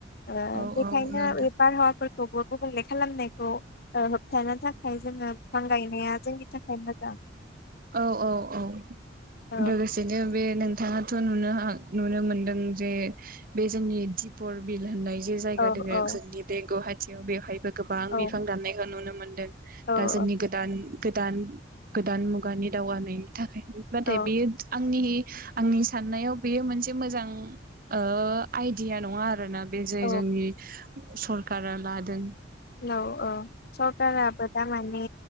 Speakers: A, on the left; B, on the right.
A: ओ
B: औ
A: बेखायनो
B: औ नोंथां
A: बे बारहावाफोर खौबो गुबुंले खालामनायखौ ओ होबथानो थाखाय जोङो बिफां गायनाया जोंनि थाखाय मोजां।
B: औ औ औ
A: औ
B: लोगोसेनो बे नोंथाङा थ' नुनो नुनो मोनदों जे बे जोंनि दिपर बिल होननाय जे जायगा
A: औ
B: दोङो
A: औ
B: जोंनि बे गुवाहाटियाव बेवहायबो गोबां
A: औ
B: बिफां दाननायखौ नुनो मोनदों। दा
A: औ
B: जोंनि
A: औ
B: गोदान गोदान गोदान मुगानि दावगानायनि थाखाय नाथाय
A: औ
B: बियो आंनि आंनि साननायाव बेयो मोनसे मोजां ओ आइडिया नङा आरोना। बे जाय
A: औ
B: जोंनि सरखारा लादों
A: लाव औ सखाराबो दा माने